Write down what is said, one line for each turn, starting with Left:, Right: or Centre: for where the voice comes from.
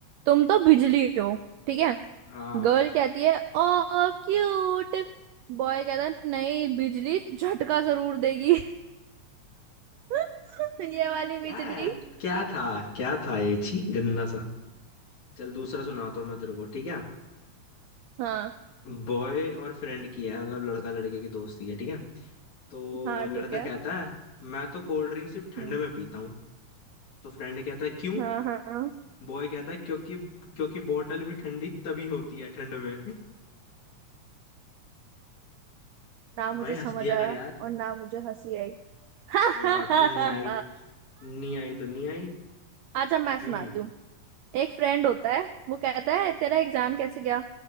Right: तुम तो बिजली हो ठीक है
Left: हाँ
Right: गर्ल कहती है ओ क्यूट बॉय कहता है नहीं बिजली झटका जरूर देगी <laughs> <laughs> ये वाली
Left: क्या
Right: बिजली
Left: है क्या था क्या था ये छी गंदा सा चल दूसरा सुनाता हूँ मैं तेरे को ठीक है
Right: हाँ
Left: बॉय और फ्रेंड की है मतलब लड़का लड़के की दोस्ती है ठीक है तो
Right: हाँ ठीक
Left: लड़का
Right: है
Left: कहता है मैं तो कोल्ड ड्रिंक सिर्फ ठंड
Right: हम्म,
Left: में पीता हूँ तो फ्रेंड कहता है क्यों
Right: हाँ हाँ हाँ।
Left: बॉय कहता है क्योंकि क्योंकि बोतल भी ठंडी तभी होती है ठंड में
Right: ना
Left: <laughs>
Right: मुझे
Left: भाई हंस
Right: समझ
Left: दिया
Right: आया
Left: कर यार
Right: और ना मुझे हंसी आई <laughs>
Left: कोई बात नहीं नहीं आई नहीं आई तो नहीं आई
Right: अच्छा मैं
Left: हम्म
Right: सुनाती हूँ एक फ्रेंड होता है वो कहता है तेरा एग्जाम कैसे गया